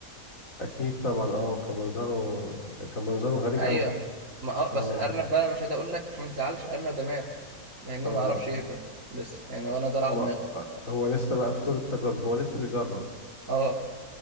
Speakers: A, on the left; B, on the right.
A: أكيد طبعا اه كان منظره كان منظره غريب
B: ايوه
A: أوي
B: ما اه
A: اه
B: بس الارنب بقى انا مش عايز اقول لك عشان ما تزعلش الارنب ده مات لانه
A: اه
B: ما عرفش يهبط لسه يعني وانا زرع
A: ما
B: دماغه
A: آه، هو لسه بقى في طور التجارب هو لسه بيجرب
B: اه